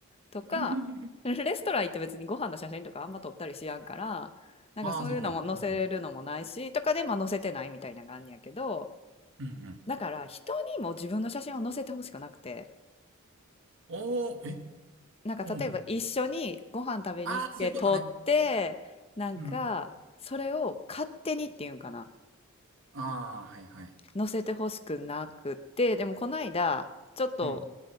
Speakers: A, on the left; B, on the right.
A: とか、
B: <laughs>
A: レストラン行って別にご飯の写真とかあんま撮ったりしやんから、なんかそういうのも載せるのもないし、
B: ああ、そうなんや。うん、
A: とかでまあ載せてないみたいな感じやけど、
B: うん、うん。
A: だから人にも自分の写真を載せてほしくなくて、
B: おー、え、
A: なんか例えば一緒にご飯食べに行って撮って、
B: うん、うん。ああ、そういうことね。
A: なんかそれを勝手にっていうんかな、
B: うん。ああ、はいはい。
A: 載せてほしくなくて、でもこの間、ちょっと、
B: うん、